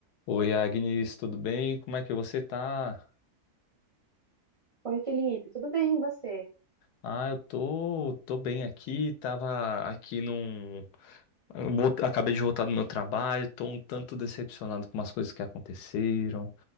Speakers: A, on the left; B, on the right.
A: Oi, Agnes, tudo bem? Como é que você tá?
B: Oi, Felipe, tudo bem e você?
A: Ah, eu tô, tô bem aqui, tava aqui num... eu volt- Acabei de voltar do meu trabalho, tô um tanto decepcionado com umas coisas que aconteceram.